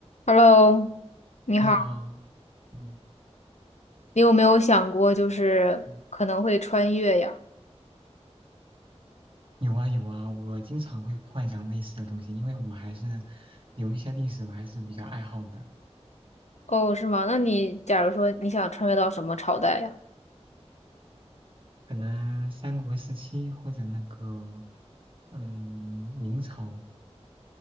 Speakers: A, on the left; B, on the right.
A: Hello，你好，
B: 你好，嗯
A: 你有没有想过就是可能会穿越呀？
B: 嗯，有啊有啊，我经常会幻想类似的东西，因为我还是有一些历史我还是比较爱好的，
A: 哦，是吗？那你假如说你想穿越到什么朝代呀？
B: 可能三国时期或者那个嗯明朝，